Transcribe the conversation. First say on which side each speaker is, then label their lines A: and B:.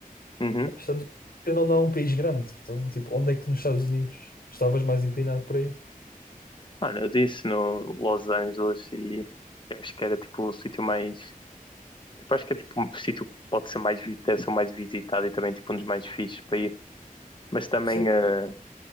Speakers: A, on the left; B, on the left.
A: uhum.
B: Pá, Estados Unidos, querendo ou não, é um país grande. Então, tipo, onde é que nos Estados Unidos estavas mais inclinado para ir?
A: Olha, eu disse no Los Angeles e eu acho que era tipo o sítio mais Tipo, acho que é tipo um sítio que pode ser mais, vi- deve ser o mais visitado e também tipo um dos mais fixes para ir. Mas também
B: Sim,
A: a